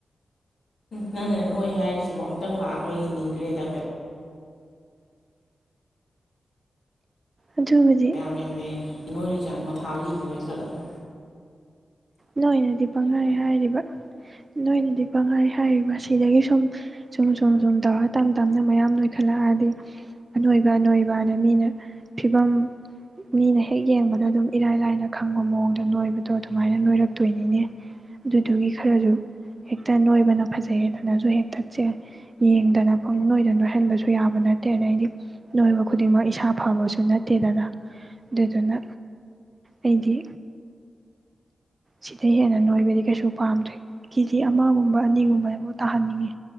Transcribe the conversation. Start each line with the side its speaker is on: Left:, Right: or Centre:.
Left: ꯅꯡꯅ ꯅꯣꯏ ꯍꯥꯏꯔꯤꯁꯤꯕ ꯑꯝꯇꯪ ꯂꯥꯛꯑꯒ ꯌꯦꯡꯅꯤꯡꯈ꯭ꯔꯦꯗ ꯀꯩꯅ <unintelligible>
Right: ꯑꯗꯨꯕꯨꯗꯤ
Left: ꯅꯣꯏ <unintelligible>
Right: ꯅꯣꯏꯅꯗꯤ ꯄꯪꯍꯥꯏ ꯍꯥꯏꯔꯤꯕ ꯅꯣꯏꯅꯗꯤ ꯄꯪꯍꯥꯏ ꯍꯥꯏꯔꯤꯕ ꯁꯤꯗꯒꯤ ꯁꯨꯝ ꯁꯨꯝ ꯁꯨꯝ ꯁꯨꯝ ꯇꯧꯔ ꯇꯞ ꯇꯞꯅ ꯃꯌꯥꯝ ꯅꯣꯏꯈꯠꯂꯛꯑꯗꯤ ꯑꯅꯣꯏꯕ ꯑꯅꯣꯏꯕ ꯑꯗ ꯃꯤꯅ ꯐꯤꯕꯝ ꯃꯤꯅ ꯍꯦꯛ ꯌꯦꯡꯕꯗ ꯑꯗꯨꯝ ꯏꯔꯥꯏ ꯂꯥꯏꯅ ꯈꯪꯕ ꯃꯑꯣꯡꯗꯣ ꯅꯣꯏꯕꯗꯣ ꯑꯗꯨꯃꯥꯏꯅ ꯑꯗꯨꯃꯥꯏꯅ ꯅꯣꯏꯔꯛꯇꯣꯏꯅꯤꯅꯦ ꯑꯗꯨꯗꯨꯒꯤ ꯈꯔꯁꯨ ꯍꯦꯛꯇ ꯅꯣꯏꯕꯅ ꯐꯖꯩꯗꯅꯁꯨ ꯍꯦꯛꯇꯁꯦ ꯌꯦꯡꯗꯅ ꯅꯣꯏꯗꯅ ꯅꯣꯏꯍꯟꯕꯁꯨ ꯌꯥꯕ ꯅꯠꯇꯦ ꯑꯗꯩꯗꯤ ꯅꯣꯏꯕ ꯈꯨꯗꯤꯡꯃꯛ ꯏꯁꯥ ꯐꯕꯁꯨ ꯅꯠꯇꯦꯗꯅ ꯑꯗꯨꯗꯨꯅ ꯑꯩꯗꯤ ꯁꯤꯗꯩ ꯍꯦꯟꯅ ꯅꯣꯏꯕꯗꯤ ꯀꯩꯁꯨ ꯄꯥꯝꯗ꯭ꯔꯦ ꯀꯦꯖꯤ ꯑꯃꯒꯨꯝꯕ ꯑꯅꯤꯒꯨꯝꯕꯐꯥꯎ ꯇꯥꯍꯟꯅꯤꯡꯉꯤ